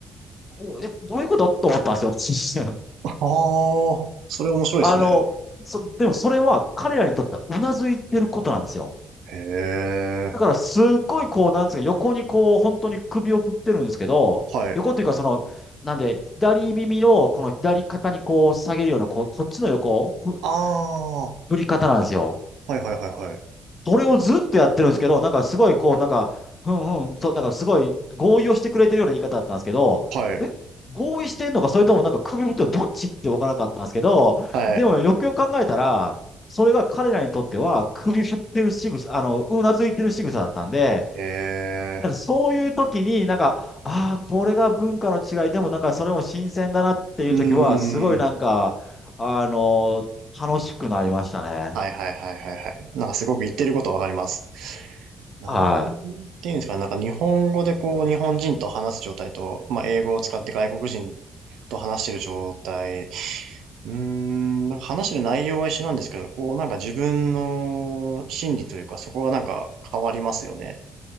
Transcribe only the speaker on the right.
ああ、それ面白いですね。
へえ、
はい。
ああ、は
い、はい、はい、はい。
はい、
はい。
へえ、
うー
ん。
はい、はい、はい、はい、はい。なんかすごく言ってることわかります。なんていうんですかね、
なんか日本語でこう、日本人と話す状態と、まあ、英語を使って外国人と話してる状態。うーん、なんか話してる内容は一緒なんですけど、こう、なんか自分の心理というか、そこがなんか変わりますよね。